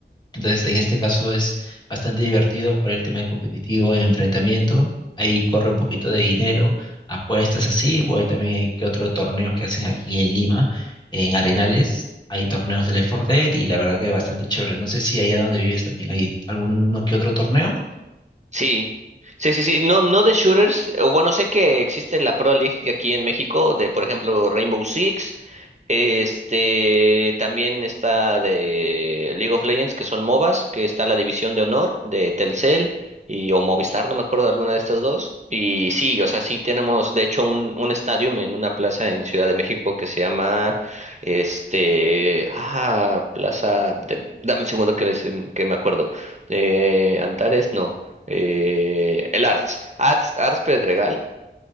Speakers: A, on the left; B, on the right.
A: Entonces, en este caso es bastante divertido jugar el tema de competitivo en enfrentamiento. Ahí corre un poquito de dinero, apuestas así, o hay también hay que otros torneos que hacen aquí en Lima, en Arenales. Hay torneos de Left 4 Dead y la verdad que es bastante chévere. No sé si allá donde vives también hay alguno que otro torneo.
B: Sí, sí, sí, sí. No, no de shooters. o Bueno, sé que existe la Pro League aquí en México, de por ejemplo Rainbow Six. Este, también está de League of Legends, que son MOBAs, que está la división de honor de Telcel y o Movistar, no me acuerdo de alguna de estas dos. Y sí, o sea, sí tenemos de hecho un un estadio en una plaza en Ciudad de México que se llama este, ah, plaza de- dame un segundo que me, se- que me acuerdo. Eh, Antares, no. Eh, el Arts, Arts, Arts Pedregal.